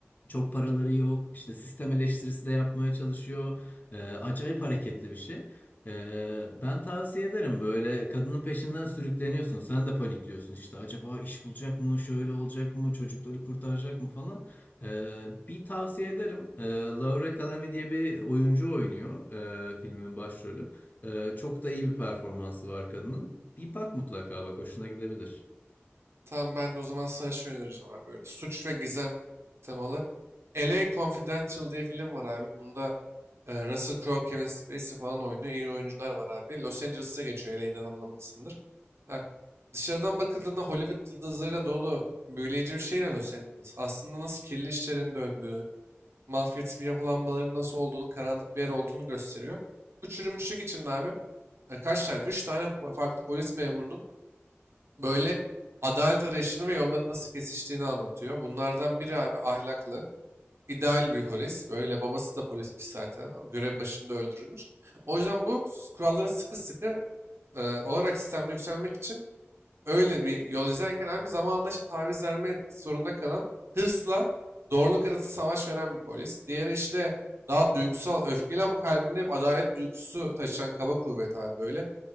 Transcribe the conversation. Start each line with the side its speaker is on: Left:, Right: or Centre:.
Left: Çok paraları yok. İşte sistem eleştirisi de yapmaya çalışıyor. E, acayip hareketli bir şey. E, ben tavsiye ederim böyle kadının peşinden sürükleniyorsun. Sen de panikliyorsun işte. Acaba iş bulacak mı? Şöyle olacak mı? Çocukları kurtaracak mı falan. E, bir tavsiye ederim. E, Laura Calamy diye bir oyuncu oynuyor e, filmin başrolü. Ee, çok da iyi bir performansı var kadının. Bir bak mutlaka bak hoşuna gidebilir.
Right: Tamam ben de o zaman sana şey önereceğim abi. Böyle suç ve gizem temalı. LA Confidential diye film var abi. Bunda e, Russell Crowe, Kevin Spacey falan oynuyor. İyi oyuncular var abi. Los Angeles'a geçiyor. LA'den anlamışsındır. Ha, dışarıdan bakıldığında Hollywood yıldızlarıyla dolu büyüleyici bir şehir Los Angeles. Aslında nasıl kirli işlerin döndüğü, mafya bir yapılanmaların nasıl olduğunu, karanlık bir yer olduğunu gösteriyor. Bu çürümüşlük içinde abi e, kaç tane? Üç tane fa- farklı polis memurunun böyle adalet arayışını ve yolların nasıl kesiştiğini anlatıyor. Bunlardan biri abi ahlaklı, ideal bir polis. Böyle babası da polismiş zaten. Görev başında öldürülmüş. O yüzden bu s- kurallara sıkı sıkı e, olarak sistemde yükselmek için öyle bir yol izlerken abi zamanla işte taviz vermek zorunda kalan hırsla doğruluk arası savaş veren bir polis. Diğeri işte daha duygusal, öfkeli ama kalbinde hep adalet duygusu taşıyan kaba kuvvet abi böyle.